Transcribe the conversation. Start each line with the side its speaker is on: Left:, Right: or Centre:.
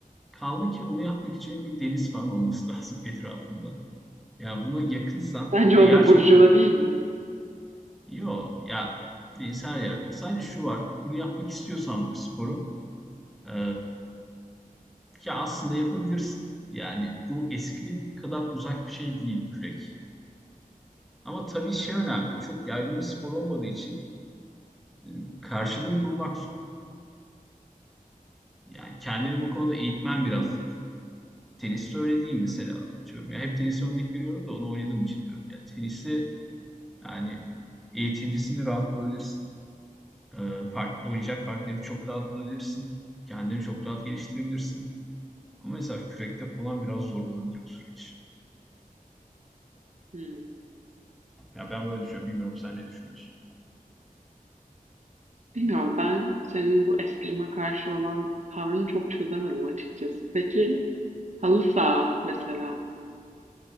Centre: Kaldı ki onu yapmak için bir deniz falan olması <laughs> lazım etrafında. Yani buna yakınsan
Right: Bence
Centre: ve
Right: o
Centre: gerçekten
Right: da burjuva değil mi?
Centre: yo ya deniz her yerde. var. Sadece şu var, bunu yapmak istiyorsan bu sporu e, ya aslında yapabilirsin. Yani bu eskrim kadar uzak bir şey değil kürek. Ama tabii şey önemli, çok yaygın bir spor olmadığı için e, karşılığını bulmak zor. Yani kendini bu konuda eğitmen biraz zor. Teniste öyle değil mesela diyorum Ya hep tenise örnek veriyorum da onu oynadığım için diyorum. Ya tenisi yani eğitimcisini rahat bulabilirsin. Ee, part- oynayacak partneri çok rahat bulabilirsin. Kendini çok rahat geliştirebilirsin. Ama mesela kürekte falan biraz zor olabilir bu süreç.
Right: Hmm.
Centre: Ya ben böyle düşünüyorum. Bilmiyorum sen ne düşünüyorsun?
Right: Bilmiyorum ben senin bu eskrima karşı olan tavrını çok çözemedim açıkçası. Peki halı saha mesela.